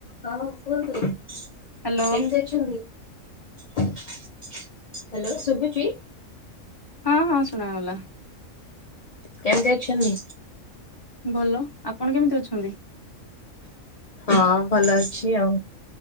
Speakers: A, on the left; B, on the left.
A: ହଁ କୁହନ୍ତୁ?
B: ହ୍ୟାଲୋ
A: କେମତି ଅଛନ୍ତି ହାଲୋ ଶୁଭୁଛି।
B: ହଁ ହଁ ଶୁଣାଗଲା।
A: କେମିତି ଅଛନ୍ତି?
B: ଭଲ ଆପଣ କେମିତି ଅଛନ୍ତି?
A: ହଁ ଭଲ ଅଛି ଆଉ।